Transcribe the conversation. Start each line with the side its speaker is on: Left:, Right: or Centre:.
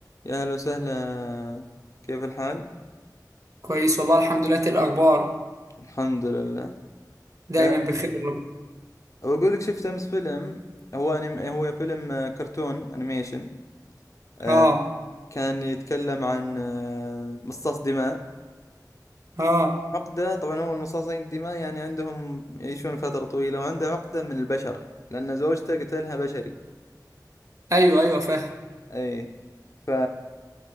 Left: يا هلا وسهلا كيف الحال؟
Right: كويس والله الحمد لله إنت إيه الاخبار
Left: الحمد لله
Right: دايما
Left: أه
Right: بخير يا رب
Left: بقول لك شفت أمس فيلم هو أنيم هو فيلم آه، كرتون أنيميشن أه
Right: اه
Left: كان يتكلم عن آه، مصاص دماء
Right: اه
Left: وعقدة طبعا هو المصاصين الدماء يعني عندهم يعيشون فترة طويلة وعنده عقدة من البشر لأن زوجته قتلها بشري
Right: ايوه ايوه فاهم
Left: أي ف